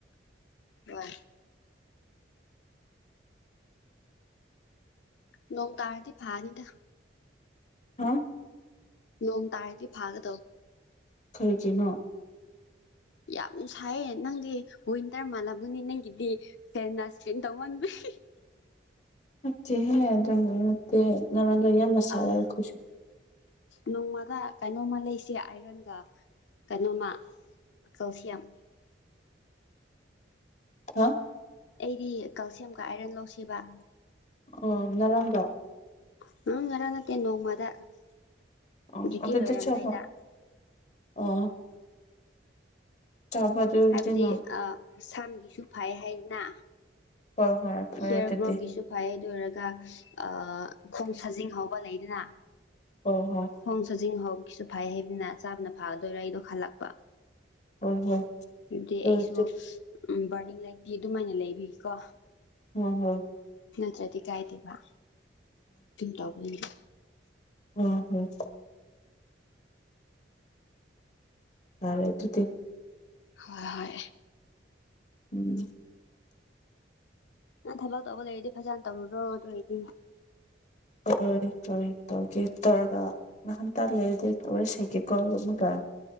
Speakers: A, on the left; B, on the left.
A: ꯋꯥ ꯅꯣꯡ ꯇꯥꯔꯗꯤ ꯐꯥꯅꯤꯗ
B: ꯍꯥꯝ
A: ꯅꯣꯡ ꯇꯥꯗꯤ ꯐꯒ
B: ꯀꯔꯒꯤꯅꯣ
A: ꯌꯥꯝ ꯁꯥꯏꯌꯦ ꯅꯪꯗꯤ ꯋꯤꯟꯇꯔ ꯃꯥꯜꯂꯕꯅꯤ ꯅꯪꯒꯤꯗꯤ ꯐꯦꯟꯅ ꯏꯁꯄꯦꯟ ꯇꯧꯃꯟꯕꯒꯤ <inaudible>
B: ꯅꯠꯇꯦꯍꯦ ꯑꯗꯨꯝꯅ ꯅꯠꯇꯦ ꯌꯥꯝꯅ ꯁꯥꯏꯌꯦ
A: ꯑꯥ
B: ꯑꯩꯈꯣꯏꯁꯨ
A: ꯅꯣꯡꯃꯔ ꯀꯩꯅꯩꯅꯣꯃ ꯂꯩꯁꯦ ꯑꯥꯏꯔꯟꯒ ꯀꯩꯅꯣꯃ ꯀꯦꯜꯁꯤꯌꯝ
B: ꯍꯥ
A: ꯑꯩꯗꯤ ꯀꯜꯁꯤꯌꯝꯒ ꯑꯥꯏꯔꯟ ꯂꯧꯁꯦꯕ
B: ꯑꯣ ꯅꯔꯝꯕꯔ
A: <unintelligible>
B: ꯑꯣ ꯑꯗꯨꯗ ꯆꯥꯕ ꯑꯣ ꯆꯥꯕ ꯑꯗꯨ ꯑꯣꯏꯔꯗꯤ
A: ꯍꯥꯏꯕꯗꯤ
B: ꯅꯪ
A: ꯑꯥ ꯁꯝꯒꯤꯁꯨ ꯐꯩ ꯍꯥꯏꯗꯅ
B: ꯍꯣꯏ ꯍꯣꯏ ꯐꯔꯦ
A: ꯍꯤꯌꯥꯔ
B: ꯑꯗꯨꯗꯤ
A: ꯒ꯭ꯔꯣꯒꯤꯁꯨ ꯐꯩ ꯑꯗꯨ ꯑꯣꯏꯔꯒ ꯑꯥ ꯈꯣꯡ ꯁꯥꯖꯤꯡ ꯍꯥꯎꯧꯕ ꯂꯩꯗꯅ
B: ꯍꯣꯏ ꯍꯣꯏ
A: ꯈꯣꯡ ꯁꯖꯤꯡ ꯍꯧ ꯀꯁꯨ ꯐꯩ ꯍꯥꯏꯩꯕꯅ ꯆꯥꯕꯅ ꯐꯥꯒꯗꯣꯏꯔꯥ ꯑꯩꯗꯣ ꯍꯜꯂꯛꯄ
B: ꯍꯣꯏ ꯍꯣꯏ
A: ꯑꯗꯨꯗꯤ
B: ꯇꯧꯔꯤꯗꯨ
A: ꯑꯩꯁꯨ ꯕꯥꯔꯅꯤꯡ ꯂꯩꯥꯏꯔꯤꯛꯇꯤ ꯑꯗꯨꯃꯥꯏꯅ ꯂꯩꯕꯤꯀꯣ
B: ꯍꯣꯏ ꯍꯣꯏ
A: ꯇ꯭ꯔꯗꯤ ꯀꯥꯏꯗꯦꯕ ꯀꯝ ꯇꯧꯕꯅꯤꯗ
B: ꯎꯝ ꯎꯝ ꯌꯥꯔꯦ ꯑꯗꯨꯗꯤ
A: ꯍꯣꯏ ꯍꯣꯏ
B: ꯎꯝ
A: ꯅꯪ ꯊꯕꯛꯇꯧꯕ ꯂꯩꯔꯗꯤ ꯐꯖꯅ ꯇꯧꯔꯨꯔꯣ ꯑꯗꯣꯌꯗꯤ
B: ꯍꯣꯏ ꯍꯣꯏ ꯇꯧꯒꯦ ꯇꯧꯔꯒ ꯉꯍꯥꯟꯇꯥ ꯂꯩꯔꯗꯤ ꯇꯧꯔꯁꯒꯦ ꯀꯣꯜꯒ <unintelligible>